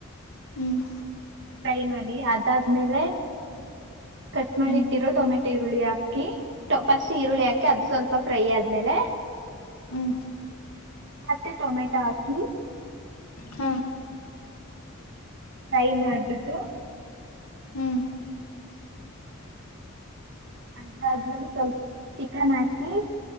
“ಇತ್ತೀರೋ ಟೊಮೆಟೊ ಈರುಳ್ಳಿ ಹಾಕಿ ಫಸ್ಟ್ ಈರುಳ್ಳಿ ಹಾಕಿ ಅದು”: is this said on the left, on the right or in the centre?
Right